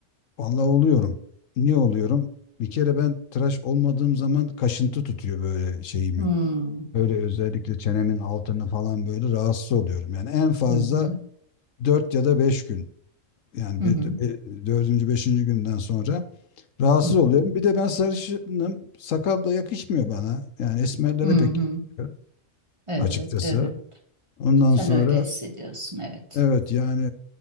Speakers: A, on the left; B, on the right.
A: Vallahi oluyorum. Niye oluyorum? Bir kere ben tıraş olmadığım zaman kaşıntı tutuyor böyle şeyimi.
B: Hmm.
A: Böyle özellikle çenemin altını falan böyle rahatsız oluyorum. Yani en fazla
B: Hı hı.
A: 4 ya da 5 gün. Yani
B: Hı
A: bir,
B: hı.
A: bir, 4. 5. günden sonra rahatsız
B: Hı
A: oluyorum. Bir de ben sarışınım. Sakal da yakışmıyor bana. Yani esmerlere
B: hı. hı.
A: pek yakışıyor
B: Evet,
A: açıkçası.
B: evet.
A: Ondan
B: Sen
A: sonra
B: öyle hissediyorsun, evet.
A: Evet yani